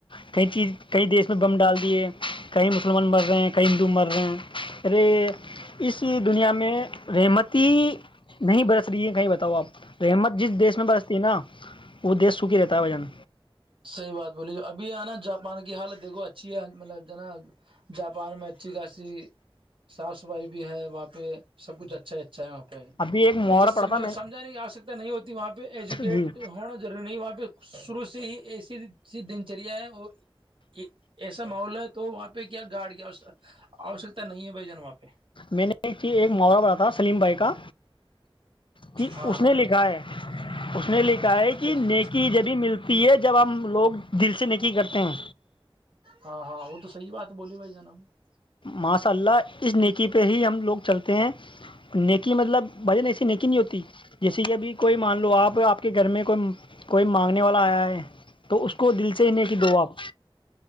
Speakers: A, on the left; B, on the right.
A: کئی چیز کئی دیش میں بم ڈال دیے کہئی مسلم مسلمان مر رہے ہیں کئی ہندو مر رہے ہیں اے اس دنیا میں رحمتی ہی نہیں برس رہی ہے کہیں بتاؤ آپ رحمت جس دیش میں برس رہ ت نا وہ دیش سوکھی رہتا ہے وجن
B: صحیح بات بولی ابھی یہ نا جاپان کی حالت دیکھو اچھی ہے مطلب جنا جاپان میں اچھی خاصی صاف صفائی بھی ہے وہاں پہ سب کچھ اچا چ <unintelligible> اھ ہے وہاں پہ
A: ابھی ایک محاورہ
B: ایسے
A: پڑھا
B: مطلب
A: تھا میں
B: سمجھانے کی آوشکتا نہیں ہوتی وہاں پہ ایجوکیٹ
A: جی
B: ہونا ضروری نہیں وہاں پہ شروع سے ہی ایسی سی دن چریا ہے اور یہ ایسا ماول ہے تو وہاں پہ کیا گارڑڈ کی آوشکتا نہیں ہے بھائی جناب م آ پہ <unintelligible>
A: میں نے ایک چی ایک محاورہ بڑ تھا سلیم بھائی کا کہ
B: ہاں
A: اس نے لکھا ہے اس نے لکھا ہے
B: اچھا
A: کہ
B: اچھا
A: نیکی جبھی ملتی ہے جب ہم لوگ دل سے نیکی کرتے ہیں
B: ہاں ہاں وہ تو سحی بات ہے بولی بھائی جنم <unintelligible>
A: ماشاء اللہ اس نیکی پہ ہی ہم لوگ چلتے ہیں نیکی مطلب بجن ایسی نیکی نہیں ہوتی جیسے کہ ابھی کوئی مان لو آپ آپ کے گھر میں کوئی کوئی مانگنے والا آیا ہے تو اس کو دل چین کی دوب <unintelligible>